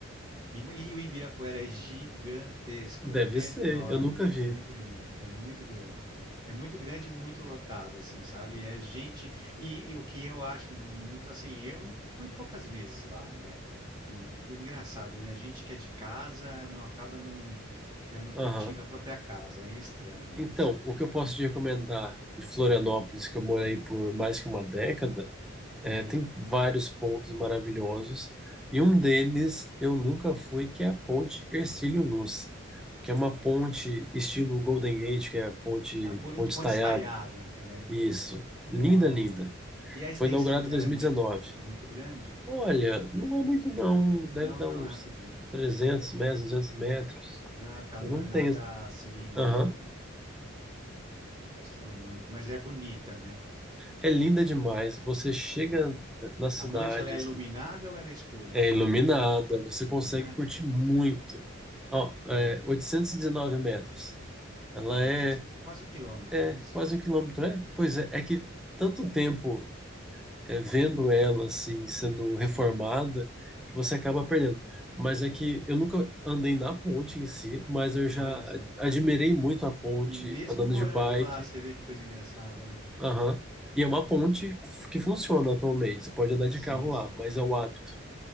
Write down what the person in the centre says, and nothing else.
Deve
ser,
eu nunca vi.
Aham.
Então,
o que eu posso te recomendar de Florianópolis, que eu morei por mais que uma década, é,
tem vários pontos maravilhosos. E um deles eu nunca fui, que é a Ponte Hercílio Luz, que é uma ponte estilo Golden Gate, que é a ponte,
ponte
estaiada.
Isso.
Linda, linda.
Foi inaugurado
em 2019.
Olha, não é muito não. Deve
dar
uns
300 metros, 200 metros.
Eu
não
tenho.
Aham.
É linda demais. Você chega
na cidade,
assim,
é iluminada, você
consegue curtir muito. Ó, é
819 metros. Ela
é,
é
quase um quilômetro.
É, pois é, é que tanto tempo é, vendo ela assim, sendo reformada,
que você acaba perdendo. Mas é que eu nunca andei na ponte em si, mas eu já
a-
admirei muito a ponte
andando
de bike.
Aham. E é uma ponte f- que funciona atualmente. Você pode andar de
carro lá,
mas é o hábito.